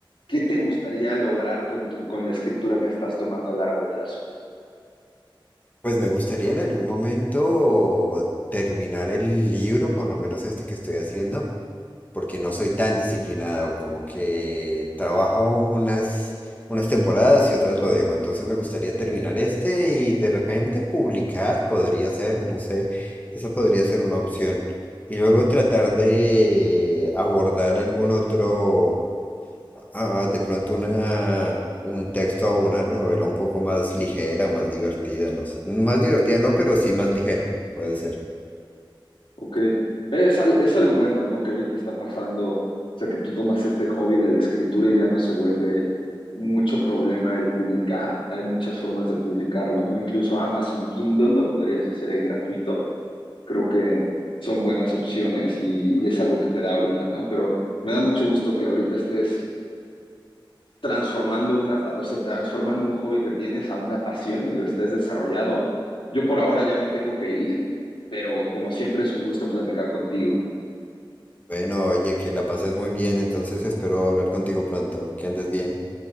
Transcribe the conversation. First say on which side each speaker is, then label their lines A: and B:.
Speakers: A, on the left; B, on the left.
A: ¿qué te gustaría lograr con, tu- con la escritura que estás tomando a largo plazo?
B: Pues me gustaría en algún momento terminar el libro, por lo menos este que estoy haciendo porque no soy tan disciplinado, como que trabajo unas, unas temporadas y otras lo dejo. Entonces me gustaría terminar este y de repente publicar, podría ser, no sé, esa podría ser una opción. Y luego tratar de abordar algún otro, ah, de pronto una, un texto o una novela un poco más ligera, más divertida, no sé. Más divertida no, pero sí más ligera, puede ser.
A: Ok. Es, al- es algo bueno, ¿no? Que ahorita está pasando, o sea, que tú tomas este hobby de la escritura y ya no se vuelve mucho problema el publicar. Hay muchas formas de publicarlo, ¿no? Incluso Amazon Kindle lo podrías hacer ahí gratuito. Creo que son buenas opciones y, y es algo que te da ahorita, ¿no? Pero me da mucho gusto que ahorita estés transformando una, pa- o sea, transformando un hobby que tienes a una pasión y lo estés desarrollado. Yo por ahora ya me tengo que ir, pero como siempre es un gusto platicar contigo.
B: Bueno, oye, que la pases muy bien, entonces espero hablar contigo pronto. Que andes bien.